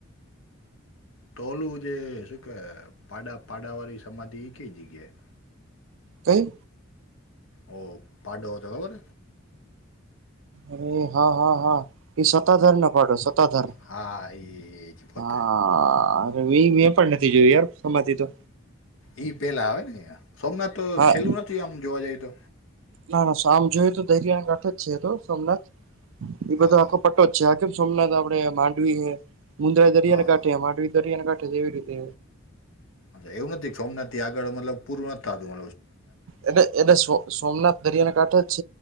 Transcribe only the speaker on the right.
કઈ?
અરે હા હા હા એ સતાધારનો પાડો સતાધાર
હા. હા મેં પણ નથી જોયું યાર સમાધી તો
હા
ના ના સામ જોઈય તો દરિયાના કાંઠો જ છે તો સોમનાથ એ
બધો આખો પટ્ટો જ છે આ કેમ સોમનાથ આપડે માંડવી મુન્દ્રા દરિયા
કાંઠે માંડવી દરિયાને કાંઠે એવી રીતે.
એટલે એટલે સોમનાથ દરિયાના કાંઠે જ